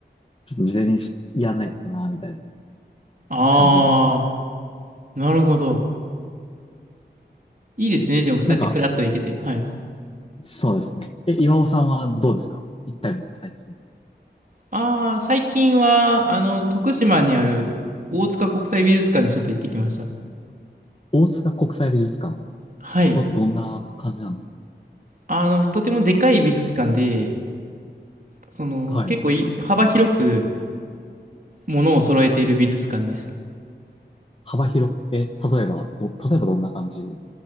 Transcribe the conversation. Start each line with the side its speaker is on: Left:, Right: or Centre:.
Left: ちょっと事前にしやらないとな、みたいなの
Right: ああ、
Left: 感じました。
Right: なるほど。いいですね。でも、そうやってフラッと行けて。
Left: なんか、
Right: はい。
Left: そうですね。え、岩尾さんはどうですか行ったりとか最近。
Right: ああ、最近は、あの、徳島にある大塚国際美術館にちょっと行ってきました。
Left: 大塚国際美術館、
Right: はい。
Left: ど、どんな感じなんですか
Right: あの、とてもでかい美術館で、その、
Left: はい。
Right: 結構い幅広くものを揃えている美術館です。
Left: 幅広く、え、例えば、ど、例えばどんな感じ